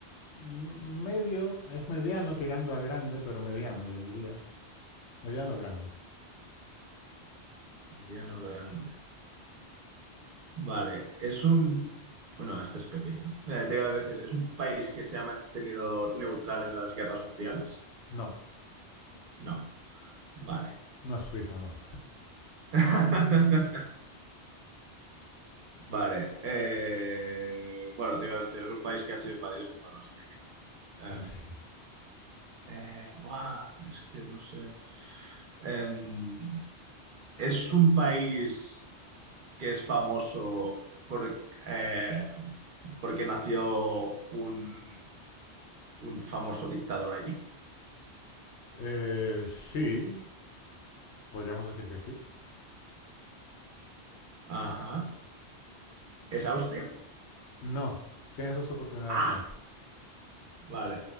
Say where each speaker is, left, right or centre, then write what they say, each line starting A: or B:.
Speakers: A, on the left; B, on the right.
A: Mm, Medio, es mediano tirando a grande, pero mediano yo diría. Mediano grande.
B: Mediano grande. Vale, es un... Bueno, este es pequeño. Eh, te iba a decir, ¿es un país que se ha mantenido neutral en las guerras mundiales?
A: No,
B: No. Vale.
A: no es Suiza, no.
B: <laughs> Vale. eh, Bueno, te iba a decir, es un país que ha sido invadido, pero bueno, sí, aquí también. Em,
A: <laughs> Sí,
B: eh, buah, es que no sé. Em, es un país que es famoso por, eh, porque nació un, un famoso dictador allí.
A: Eh, sí, podríamos decir que sí.
B: Ajá. ¿Es Austria?
A: No, tienes dos oportunidades
B: ¡Ah!
A: más.
B: Vale.